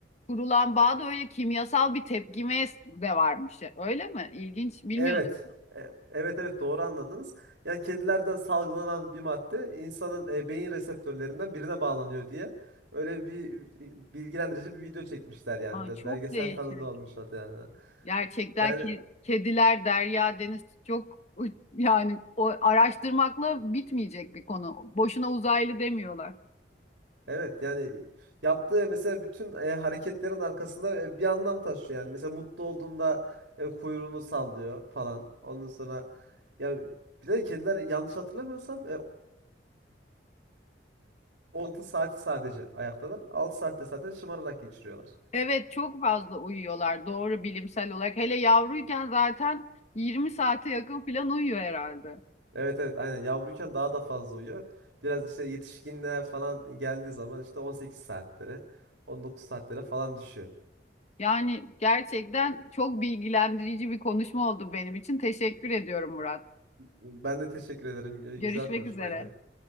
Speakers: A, on the left; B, on the right.
A: kurulan bağda öyle kimyasal bir tepkime de varmış. Öyle mi? İlginç. Bilmiyordum.
B: Evet. E- Evet evet doğru anladınız. Yani kedilerden salgılanan bir madde insanın e, beyin reseptörlerinden birine bağlanıyor diye öyle bir e, bilgilendirici bir video çekmişler yani
A: Ay,
B: biraz
A: çok
B: belgesel
A: değişik.
B: tadında olmuş adı yani.
A: Gerçekten
B: Yani
A: ki kediler, derya, deniz çok yani o araştırmakla bitmeyecek bir konu. Boşuna uzaylı demiyorlar.
B: evet yani yaptığı mesela bütün e, hareketlerin arkasında e, bir anlam taşıyor yani. Mesela mutlu olduğunda e, kuyruğunu sallıyor falan. Ondan sonra yani bir de kediler yanlış hatırlamıyorsam e, 6 saati sadece ayaktalar. 6 saatte zaten şımararak geçiriyorlar.
A: Evet çok fazla uyuyorlar doğru bilimsel olarak. Hele yavruyken zaten 20 saate yakın falan uyuyor herhalde.
B: Evet evet aynen yavruyken daha da fazla uyuyor. Biraz işte yetişkinliğe falan geldiği zaman işte 18 saatlere, 19 saatlere falan düşüyor.
A: Yani gerçekten çok bilgilendirici bir konuşma oldu benim için. Teşekkür ediyorum Murat.
B: Ben de teşekkür ederim.
A: Görüşmek
B: Güzel konuşmaydı.
A: üzere.